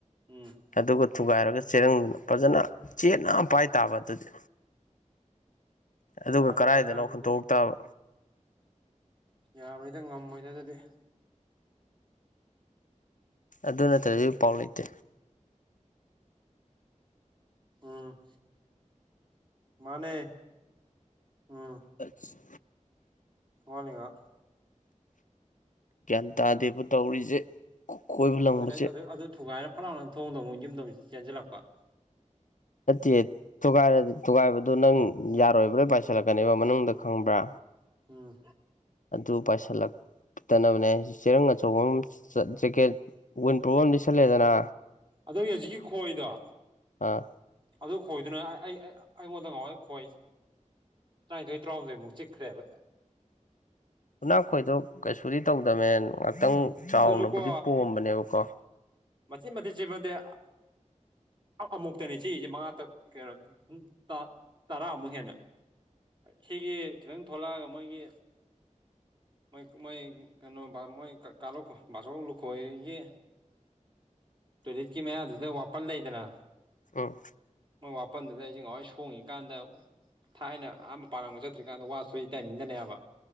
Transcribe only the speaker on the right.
ꯎꯝ
ꯌꯥꯔꯣꯏꯗ
ꯅꯥꯕ
ꯑꯗꯨꯗꯤ
ꯌꯥꯔꯣꯏꯗ ꯉꯝꯃꯣꯏꯗ ꯑꯗꯨꯗꯤ
ꯎꯝ ꯃꯅꯦ ꯎꯝ
ꯋꯥꯂꯤꯉ
ꯑꯗꯨꯅ ꯑꯗꯨ ꯑꯗꯨ ꯊꯨꯒꯥꯏꯔꯅ ꯐꯠ ꯍꯅ ꯊꯣꯡꯗꯧ ꯑꯃꯨꯛ ꯌꯨꯝꯗꯧꯛ ꯆꯦꯟꯁꯤꯜꯂꯛꯄ
ꯎꯝ꯫
ꯑꯗꫭꯏꯒꯤ ꯍꯧꯖꯤꯛꯀꯤ ꯈꯣꯏꯗꫭ
ꯑꯗꯨ ꯈꯣꯏꯗꯨꯅ ꯑꯩ ꯑꯩ ꯑꯩꯉꯣꯟꯗ ꯉꯥꯎꯋꯩ ꯑꯩ ꯈꯣꯏ ꯇꯔꯥꯅꯤꯊꯣꯏ ꯇꯔꯍꯨꯝꯗꯣꯏꯃꯨꯛ ꯆꯤꯈ꯭ꯔꯦꯕ꯫
ꯑꯗꯨꯁꯨꯀꯣ
ꯃꯆꯦꯠ ꯃꯊꯦ ꯆꯦꯄꯟꯇꯦ ꯑ ꯑ ꯑꯃꯨꯛꯇꯅꯦ ꯆꯤꯛꯏꯁꯦ ꯃꯉꯥ ꯇ ꯀꯩꯅꯣ ꯇꯥ ꯇꯔꯥꯃꯨꯛ ꯍꯦꯟꯅ꯫ ꯁꯤꯒꯤ ꯈꯤꯇꯪ ꯊꯣꯛꯂꯛꯑꯒ ꯃꯣꯏꯒꯤ ꯃꯣꯏ ꯃꯣꯏ ꯀꯩꯅꯣ ꯕꯥ ꯃꯣꯏ ꯀ ꯀꯥꯂꫭꯛꯈꫭ ꯕꯥꯆꯧꯧ ꯂꯨꯈꯣꯏꯍꫭꯏꯒꯤ ꯇꯣꯏꯂꯦꯠꯀꯤ ꯃꯌꯥꯗꯨꯗ ꯋꯥꯄꯜ ꯂꯩꯗꯅ
ꯃꯣꯏ ꯋꯥꯄꯟꯗꯨꯗ ꯑꯩꯁꯦ ꯉꯍꯋꫭꯏ ꯁꯣꯡꯉꯤ ꯀꯥꯟꯗ ꯊꯥꯏꯅ ꯑ ꯃꯄꯥꯟ ꯂꯝꯒ ꯆꯠꯇ꯭ꯔꯤꯀꯥꯟꯗ ꯋꯥ ꯁꯣꯏ ꯇꯥꯏꯃꯤꯡꯗꯅꯦꯕ꯫